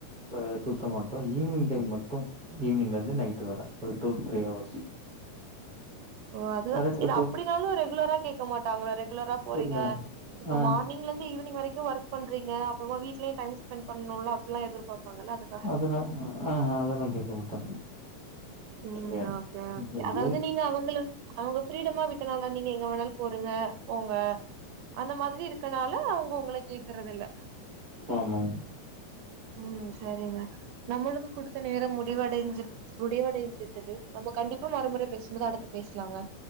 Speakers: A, on the right (about 25°); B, on the right (about 80°).
A: ச சுத்த மாட்டோ ஈவினிங் டைம் மட்டும் ஈவினிங்ல இருந்து நைட் வர ஒரு டூ த்ரீ ஹவர்ஸ்
B: ஓ அதுதா
A: வேற ட்ரிப்பு
B: இல்ல அப்படினாலு ரெகுலரா கேக்க மாட்டாங்களா ரெகுலரா போறீங்க
A: இல்ல
B: இப்ப
A: ஆ
B: மார்னிங்லந் து ஈவினி்ங் வரைக்கு ஒர்க் பண்றீங்க அப்புறமா வீட்டுலயு டைம் ஸ்பெண்ட் பண்லோல அப்டிலா எதிர்ப்பாங்களா அதுக்காக
A: அதெல்லா
B: கேட்ட
A: ஆ அதெல்லா கேக்க மாட்டாங்க
B: ம்
A: கெடையாது
B: ஓகே ஓகே அதாவது நீங்க அவங்களு அவங்க ஃப்ரீடமா விட்டனால நீங்க எங்க வேணாலு போருங்க போங்க அந்த மாதிரி இருக்கனால அவுங்க உங்கல கேக்கறது இல்ல
A: ஆமா
B: ம் செரிங்க நம்முளுக்கு குடுத்த நேரம் முடிவடைஞ்சு முடிவடை ஞ்சுட்டது நம்ம கண்டிப்பா மறுமுறை பேசும்போது அடுத்து பேசலாங்க